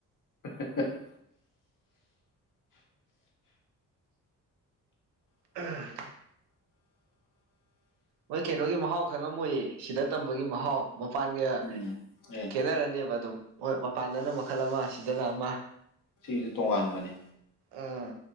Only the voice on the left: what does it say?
<unintelligible>
ꯎꯝ ꯑꯦ
ꯁꯤꯁꯨꯦ ꯇꯣꯉꯥꯟꯕꯅꯤ